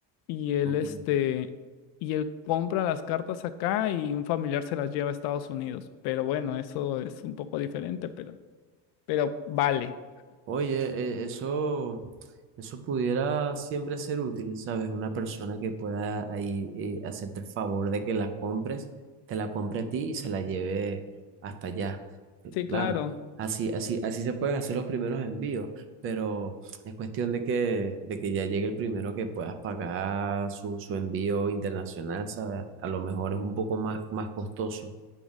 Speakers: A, on the left; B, on the right.
A: y él,
B: Ok.
A: este, y él compra las cartas acá y un familiar se las lleva a Estados Unidos. Pero bueno, eso es un poco diferente, pero, pero vale.
B: Oye, e- eso, eso pudiera siempre ser útil, ¿sabes? Una persona que pueda ahí eh, hacerte el favor de que la compres, te la compre a ti y se la lleve hasta allá.
A: Sí,
B: Claro,
A: claro.
B: así, así, así se pueden hacer los primeros envíos, pero es cuestión de que, de que ya llegue el primero que puedas pagar su, su envío internacional, ¿sabes? A lo mejor es un poco más, más costoso,